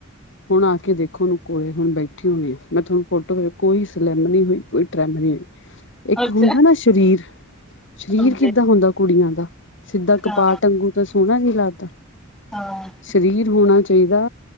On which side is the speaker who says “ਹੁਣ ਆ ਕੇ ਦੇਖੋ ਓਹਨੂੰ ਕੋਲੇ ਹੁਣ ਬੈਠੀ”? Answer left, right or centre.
Left